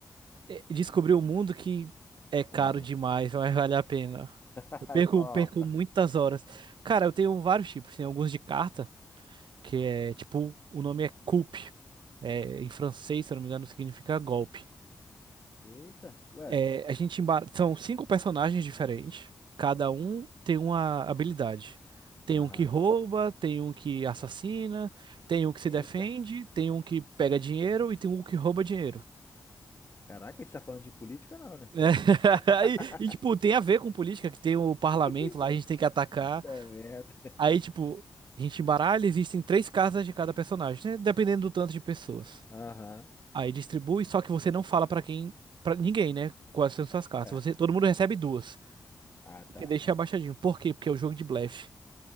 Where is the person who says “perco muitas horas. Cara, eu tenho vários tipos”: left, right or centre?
Right